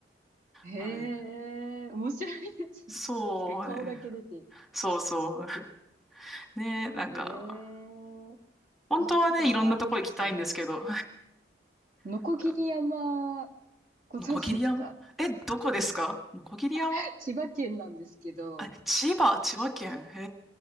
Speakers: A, on the right; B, in the centre.
A: へえ、
B: はい。
A: 面白いですね。
B: そうね、
A: 確かに顔だけ出て。
B: そうそう。ね、なんか、
A: へえ。
B: 本当はね、
A: あ、あとは、
B: いろんなとこ行きたいんですけど、
A: あれですね。のこぎり山、
B: <laughs>
A: ご存知ですか
B: のこぎり山え、どこですかのこぎり山
A: <laughs> 千葉県なんですけど、
B: あ、千葉、千葉県。へ